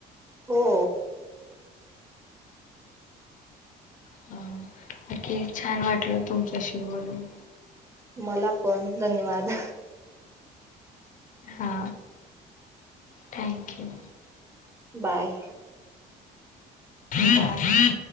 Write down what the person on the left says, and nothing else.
ह नक्की छान वाटलं तुमच्याशी बोलून.
हा थँक यू.
बाय.